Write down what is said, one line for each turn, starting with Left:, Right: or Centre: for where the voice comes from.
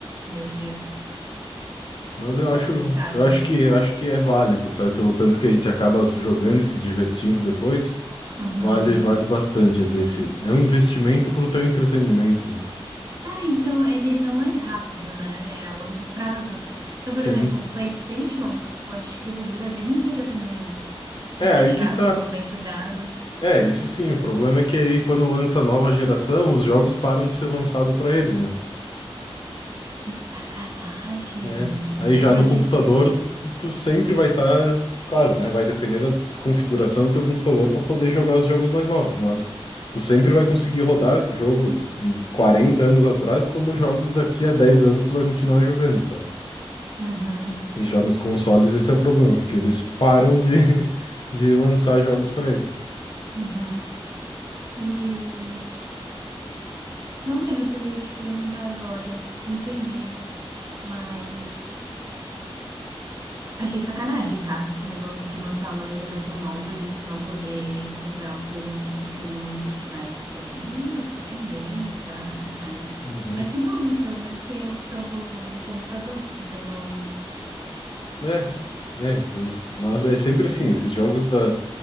Right: Meu Deus.
Left: Mas eu
Right: Complicado
Left: acho, eu acho
Right: isso.
Left: que, acho que é válido, sabe? Pelo tanto que a gente acaba jogando e se divertindo depois,
Right: Uhum.
Left: vale, vale bastante ali esse. É um investimento pro teu entretenimento, né?
Right: Ah, então ele não é rápido, né? É a longo prazo. Então,
Left: sim.
Right: por exemplo, um PlayStation, eu acho que ele dura a vida inteira também, né? Se
Left: É,
Right: deixar,
Left: aí que tá.
Right: se for bem cuidado.
Left: É, isso sim. O problema é que aí, quando lança a nova geração, os jogos param de ser lançados para ele, né?
Right: Que sacanagem!
Left: Né? Aí já
Right: Imagina.
Left: no computador, tu sempre vai estar. Claro, né? Vai depender da configuração do teu computador para poder jogar os jogos mais novos, mas tu sempre vai conseguir rodar jogo de 40 anos atrás, como jogos daqui a 10 anos tu vai continuar jogando, sabe?
Right: Uhum,
Left: E já nos consoles esse é o problema, porque eles param de, <laughs> de lançar jogos para ele.
Right: uhum. E não lembro o que eu ia te perguntar agora. Me perdi. Mas. Achei sacanagem, tá? Esse negócio de lançar uma geração nova e tu não poder comprar o produto porque não existe mais. Isso aí eu achei bem sacanagem.
Left: Uhum.
Right: Mas que bom, né? Pelo menos tem a opção do, do computador. Então.
Left: É, né, por, mas é sempre assim, esses jogos da,